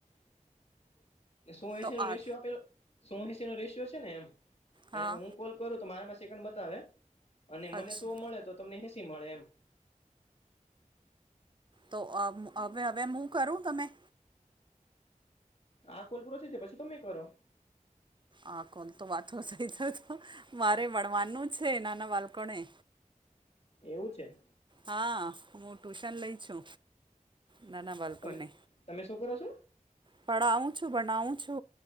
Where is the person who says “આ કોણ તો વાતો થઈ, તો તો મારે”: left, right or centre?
Right